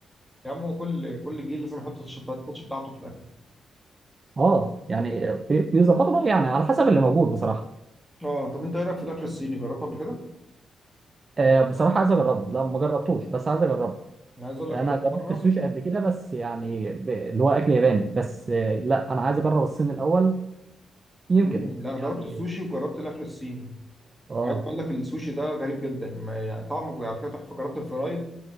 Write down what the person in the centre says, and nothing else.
يا عم هو كل كل جيل لازم يحط التاتش بتاعته في الاكل
اه طب انت ايه رايك في الاكل الصيني جربته قبل كده
انا عايز اقول
لك جربته
مره
مم. لا انا
جربت السوشي وجربت الاكل الصيني
عايز اقول لك السوشي ده غريب جدا ما يعني طعمه على فكره تحفه جربت الفرايد